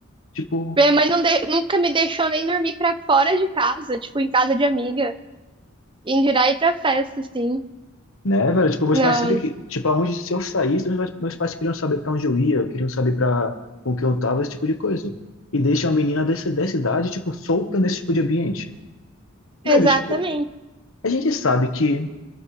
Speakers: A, on the left; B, on the right.
A: Tipo,
B: Minha mãe não de- nunca me deixou nem dormir pra fora de casa, tipo, em casa de amiga. Em dirá ir pra festa, assim.
A: né, velho? Tipo, meus
B: Não,
A: pais sempre que, tipo, aonde se eu saísse, meus pais, meus pais queriam saber pra onde eu ia, queriam saber para com quem eu tava, esse tipo de coisa. E deixa uma menina dessa, dessa idade, tipo, solta nesse tipo de ambiente.
B: exatamente.
A: Velho, tipo, a gente sabe que